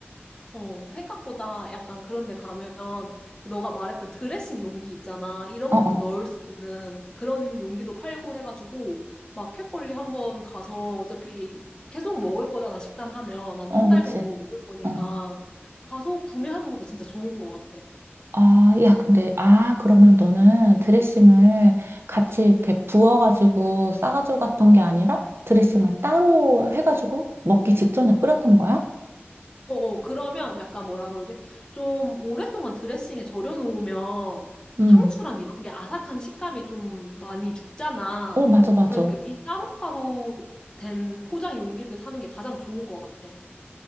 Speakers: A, on the left; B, on the right.
A: 어, 생각보다 약간 그런 데 가면 그 너가 말했던 드레싱 용기 있잖아. 이런
B: 어,
A: 것도
B: 어,
A: 넣을 수 있는 그런 용기도 팔고 해가지고 마켓컬리 한번 가서 어차피 계속 먹을 거잖아. 식단 하면 난
B: 어,
A: 한 달
B: 그치.
A: 정도 먹을 거니까
B: 어.
A: 가서 구매하는 것도 진짜 좋은 것 같아.
B: 아, 야, 근데, 아, 그러면 너는 드레싱을 같이 이렇게 부어가지고 싸가지고 갔던 게 아니라 드레싱을 따로 해가지고 먹기 직전에 뿌렸던 거야?
A: 어어, 그러면 약간 뭐라 그러지? 좀 오랫동안 드레싱에 절여놓으면
B: 응.
A: 상추랑 이런 게 아삭한 식감이 좀 많이 죽잖아.
B: 어, 맞아, 맞아.
A: 그러니까 미 따로따로 된 포장 용기를 사는 게 가장 좋은 것 같아.